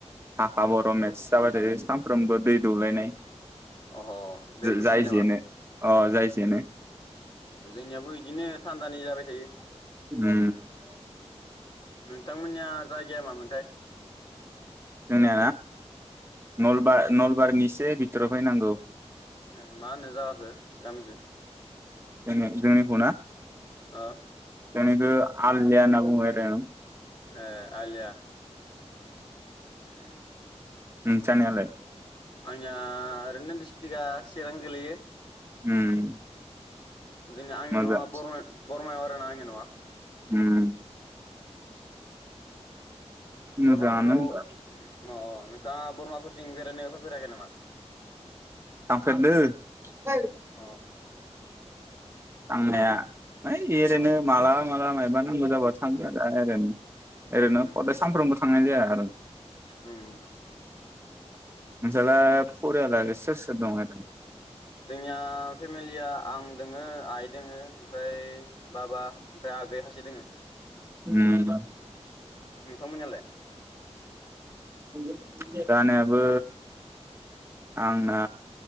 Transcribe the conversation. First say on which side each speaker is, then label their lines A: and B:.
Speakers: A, on the right; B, on the left.
A: हाखा बर' मेटस जाबाय थायो सानफ्रोमबो दै दौलायनाय।
B: अह दै गुसुनि
A: जाय
B: नामा?
A: जेनो अ जाय जेनो।
B: अ जोंनियाबो इदिनो थान्दानि जाबाय थायो।
A: उम।
B: नोंथांमोन्निया जायगाया मामोन्थाय?
A: जोंना नलबा नल बारिनि से बिथोराव फैनांगौ।
B: ए मा होनो जाखो गामिखो?
A: जों जोंनिखौ ना?
B: आ।
A: जोंनिखौ आलनिया होन्ना बुङो आरो।
B: ओ आलिया। उम।
A: नोंथांनियालाय?
B: आनिया ओरैनो दिसट्रिक आ चिरां गोलैयो।
A: उम।
B: जोंनि आंनि
A: मोजां
B: नआ बर' बरमायाव आरोना‌ आंनि नङा।
A: उम।
B: बरमाफोराव
A: मोजाङानो होनबा।
B: अ नोंथाङा बरमाफोर थिं बेरायनायावफोर बेरायनो फैफेराखै नामा?
A: थांफेरदो ओइ,
B: अ
A: आंनाया, माय एरोनो
B: अ
A: मालाबा मालाबा मायबा, फोननो जाबा थांगोन आरो। ओरैनो
B: उम
A: खदाय सानफ्रोमबो थांनाय जाया आरो। <inaudible>
B: उम।
A: <inaudible> नोंसालाय फरियाल सो सो दं ओ
B: जोंनिया फेमिलिया आं। दोङो आइ दोङो। ओफ्राय बाबा ओमफ्राय आगै हासे दङ
A: उम
B: नोंथां मोननियालाय?
A: <unintelligible> जानायाबो आंना